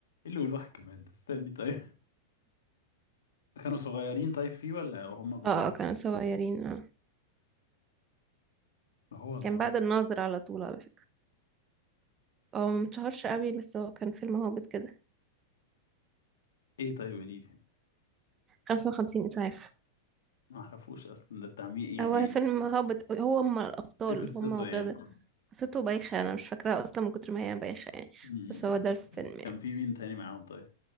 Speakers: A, on the left; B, on the right.
A: اللي يقول واحد كمان ده استني طيب <laughs> كانوا صغيرين طيب فيه ولا وهم كبار
B: اه اه كانوا صغيرين اه
A: هو الناظر
B: كان بعد الناظر على طول على فكرة هو متشهرش قوي بس هو كان فيلم هابط كده
A: ايه طيب وليد
B: خمسة وخمسين إسعاف
A: ما اعرفوش اصلا ده بتاع مين يعني
B: هو
A: ايه
B: فيلم هابط أوي. هو هما الأبطال
A: إيه قصته
B: هما وغادة
A: يعني <laughs> م-
B: قصته بايخة أنا مش فاكراها أصلا من كتر ما هي بايخة يعني
A: م-
B: بس هو
A: م.
B: ده الفيلم يعني
A: كان في مين تاني معاهم طيب